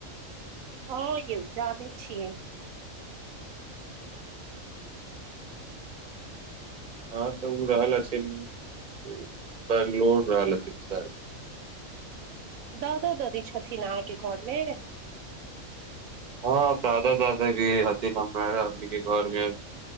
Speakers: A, on the right (about 80°); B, on the right (about 35°).
A: हँ यौ जानै छियै।
B: हँ तऽ ओ रहल अछी बैंगलोड़ रहल हथिन स
A: दादा दादी छथिन अहाँके घरमे?
B: हँ दादा दादा भी हथिन हमरा के घर मे